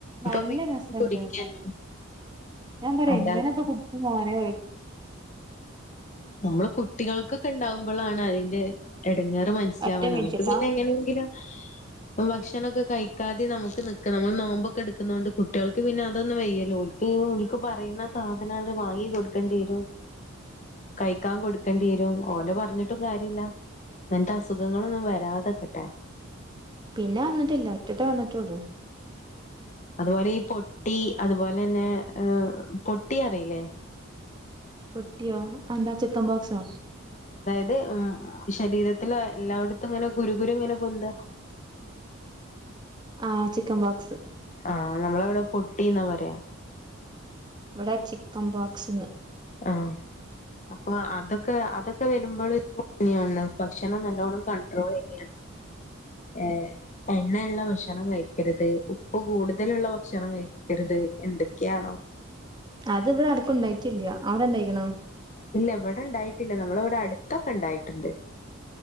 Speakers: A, on the left; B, on the right.
A: അപ്പൊ
B: നല്ല
A: പിന്നെ
B: രസണ്ട്ന്ന്
A: അത് കുടിക്കന്നെ
B: ഞാൻ പറയാ
A: അല്ലാതെ
B: എങ്ങനത് കുടിക്കും മോനെ
A: നമ്മള് കുട്ടികൾക്കൊക്കെ ഇണ്ടാകുമ്പളാണ് അയിന്റ എടങ്ങേറ് മനസിലാവണത്
B: ഒറ്റ മിനിറ്റ്ട്ടാ
A: അത് പിന്നെ എങ്ങനെങ്കിലും ഭക്ഷണൊക്കെ കഴി ക്കാതെ നമുക്ക് നിക്ക നമ്മള് നോമ്പൊക്കെ എടുക്കുന്നകൊണ്ട് കുട്ടികൾക്ക് പിന്ന അതൊന്നും വയ്യല്ലോ ഓൾക്ക് ഓൾക്ക് പറയുന്ന സാധനവര് വാങ്ങി കൊടുക്കേണ്ടി വരും, കയ്ക്കാൻ കൊടുക്കേണ്ടി വരും ഓനെ പറഞ്ഞിട്ടും കാര്യവില്ല ങ്ങനത്ത അസുഖങ്ങളൊന്നും വരാതെക്കട്ടെ.
B: പിന്നെ വന്നിട്ടില്ല ഒറ്റട്ടെ വന്നിട്ടുള്ളൂ
A: അതുപോലെ ഈ പൊട്ടി അതുപോലന്നെ പൊട്ടി അറിയില്ലേ?
B: ട്ടിയോ അതെന്താ ചിക്കമ്പോക്സോ?
A: അത് ഉം ശരീരത്തില് എല്ലാവിടത്തും ഇങ്ങനെ കുരു കുരു ഇങ്ങനെ പൊന്ത
B: ആഹ് ചിക്കൻ പോക്സ്.
A: ആഹ് നമ്മളിവട പൊട്ടിന്നാ പറയാ.
B: ഇവിടെ ചിക്കൻ പോക്സ്ന്ന്.
A: ആഹ് അപ്പൊ അതൊക്കെ അതൊക് ക്കെ വരുമ്പള് <unintelligible> ഭക്ഷണം നല്ലോണം കൺട്രോൾ ചെയ്യണം എഹ് എണ്ണയുള്ള ഭക്ഷണം കഴിക്കരുത് ഉപ്പ് കൂടുതലുള്ള ഭക്ഷണം കഴി ക്കരുത് എന്തൊക്കയാണോ.
B: അത് ഇവിടെ ആർക്കൊണ്ടായിട്ടില്യ. അവിടെണ്ടായിക്കണോ?
A: ഇല്ല എവിടെ ഇണ്ടായിട്ടില്ല നമ്മള ഇവിടെ അടുത്തൊക്കെ ഇണ്ടായിട്ടുണ്ട്.